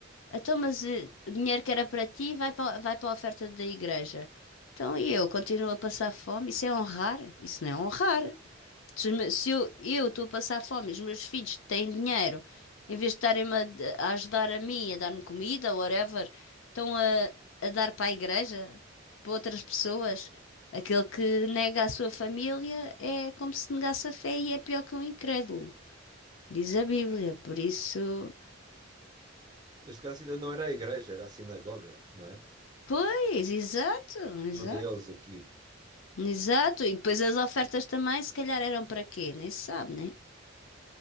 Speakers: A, on the left (about 80°); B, on the right (about 20°).
A: Então, mas eh, o dinheiro que era para ti vai para, vai para a oferta da igreja. Então, e eu continuo a passar fome? Isso é honrar? Isso não é honrar. Se, os meus- se eu eu estou a passar fome, e os meus filhos têm dinheiro, em vez de estarem-me a, d- a ajudar a mim, a dar-me comida, whatever, estão a, a dar para a igreja, para outras pessoas. Aquele que nega a sua família é como se negasse a fé e é pior que um incrédulo, diz a Bíblia. Por isso,
B: Neste caso ainda não era a igreja, era a sinagoga, não é?
A: pois, exato, exato.
B: Judeus aqui.
A: Exato, e depois as ofertas também, se calhar eram para quê? Nem se sabe, né?